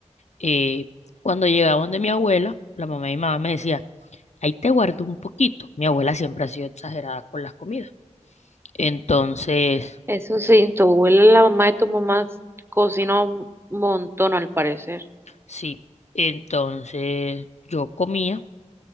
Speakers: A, on the left; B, on the right.
A: eh, cuando llegaban de mi abuela, la mamá y mi mamá me decía, ahí te guardo un poquito. Mi abuela siempre ha sido exagerada con las comidas. Entonces,
B: Eso sí, tu abuela, la mamá de tu mamá, cocina un montón al parecer.
A: sí, entonces yo comía